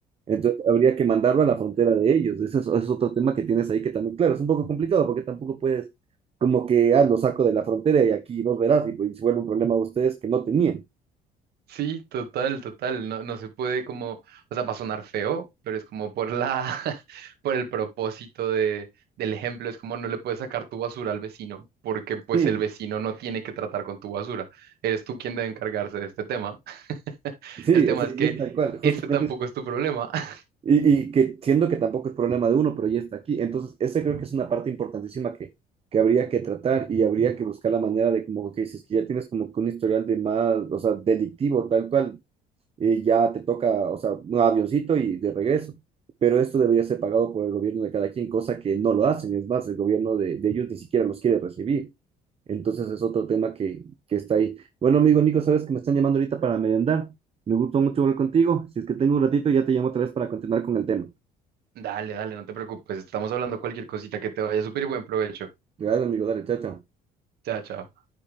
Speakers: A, on the right; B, on the right.
A: Entonces habría que mandarlo a la frontera de ellos. Ese es, ese es otro tema que tienes ahí que también, claro, es un poco complicado porque tampoco puedes como que, ah, lo saco de la frontera y aquí los verás y, pues, se vuelve un problema de ustedes que no tenían.
B: Sí, total, total. No, no se puede como, o sea, va a sonar feo, pero es como por la, <laughs> por el propósito de, del ejemplo, es como no le puedes sacar tu basura al vecino, porque pues
A: Sí,
B: el vecino no tiene que tratar con tu basura. Eres tú quien debe encargarse de este tema. <laughs>
A: sí,
B: El tema
A: o sea,
B: es
A: y
B: que
A: es tal cual. Justamente
B: ese tampoco es tu problema. <laughs>
A: Y, y que siendo que tampoco es problema de uno, pero ya está aquí. Entonces, esa creo que es una parte importantísima que, que habría que tratar y habría que buscar la manera de como que dices que ya tienes como que un historial de más, o sea, delictivo, tal cual, eh, ya te toca, o sea, un avioncito y de regreso. Pero esto debería ser pagado por el gobierno de cada quien, cosa que no lo hacen. Es más, el gobierno de, de ellos ni siquiera los quiere recibir. Entonces, es otro tema que, que está ahí. Bueno, amigo Nico, sabes que me están llamando ahorita para merendar. Me gustó mucho hablar contigo. Si es que tengo un ratito, ya te llamo otra vez para continuar con el tema.
B: Dale, dale, no te preocupes. Estamos hablando cualquier cosita que te vaya súper buen provecho.
A: Gracias, amigo. Dale, chao, chao.
B: Chao, chao.